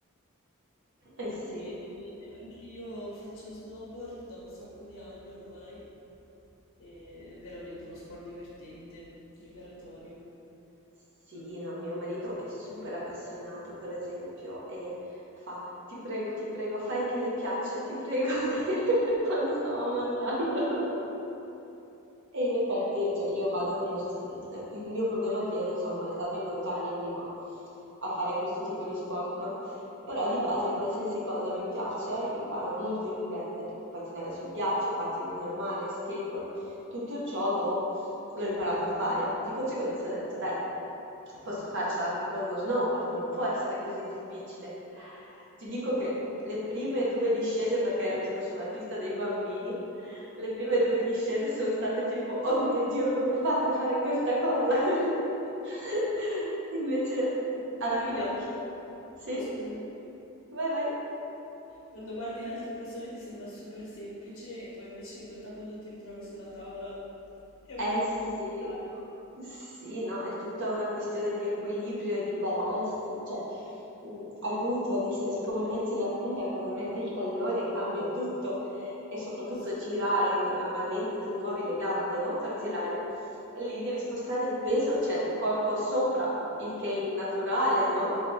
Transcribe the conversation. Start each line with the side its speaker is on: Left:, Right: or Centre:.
Right: Eh sì.
Left: bene, bene. Anche io faccio snowboard da un sacco di anni ormai. È veramente uno sport divertente, liberatorio.
Right: Sì, no, mio marito è super appassionato, per esempio, e fa: "Ti prego, ti prego, fai che le piaccia, ti prego", <laughs> quando stavamo andando. E in effetti, cioè, io vado con lo st mhmm, eh, il mio problema è che io non son mai stata in montagna prima a fare questo tipo di sport, no, però di base qualsiasi cosa mi piace imparo molto in fretta, tipo pattinare sul ghiaccio, pattini normali, skateboard, tutto ciò l'ho l'ho imparato a fare. Di conseguenza ho detto: "Dai" Posso farcela anche con lo snowboard, non può essere così difficile. Ti dico che le prime 2 discese, perché ero tipo sulla pista dei bambini, le prime
Left: <laughs>
Right: 2 discese son state tipo: "Oh mio Dio, come fate a fare questa cosa?" <laughs> Invece alla
Left: Che poi
Right: fine
Left: quando...
Right: ho chi sì?
Left: Oh, scusami.
Right: Vai vai.
Left: Quando guardi le altre persone ti sembra super semplice e poi invece in realtà quando ti ritrovi sulla tavola è un
Right: Eh
Left: po' più
Right: sì,
Left: complicato.
Right: sì, no, è tutta una questione di equilibrio e di balance, di, cioè, mh, aiuto, nel senso come metti la punta, come metti il tallone, cambia tutto e soprattutto
Left: <laughs> Ass-
Right: girare, che normalmente tu muovi le gambe, no? Per girare. Lì devi spostare il peso, cioè il corpo sopra, il che è innaturale, no?